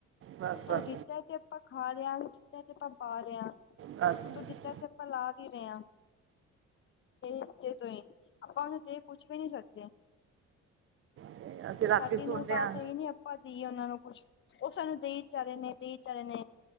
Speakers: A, on the right (about 45°); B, on the left (about 40°).
A: ਬਸ
B: ਤੂੰ
A: ਬਸ
B: ਦਿੱਤਾ ਤੇ ਆਪਾਂ ਖਾ ਰਹਾ ਜਿੱਥਾਂ ਆਪਾਂ ਪਾ ਰਹੇ ਹਾਂ
A: ਬਸ ਤੇ
B: ਤੂੰ ਜਿੱਦਾਂ ਆਪਾਂ ਲਾ ਵੀ ਰਹੇ ਹਾਂ ਹਤੇ ਤੋਂ ਹੀ ਆਪਾਂ ਉਹਨੂੰ ਜ ਕੁਝ ਪੁਛ ਵੀ ਨਹੀਂ ਸਕਦੇ
A: <unintelligible>
B: ਸਾਡੀ
A: ਸੁਣਦੇ
B: ਨੂੰ ਤਾਂ
A: ਹਾਂ
B: ਨੀ ਆਪਾਂ ਦੇਈਏ ਉਹਨਾਂ ਨੂੰ ਕੁਛ ਉਹ ਸਾਨੂੰ ਦੇਈ ਵਿਚਾਰੇ ਨੇ ਦੇਈ ਵਿਚਾਰੇ ਨੇ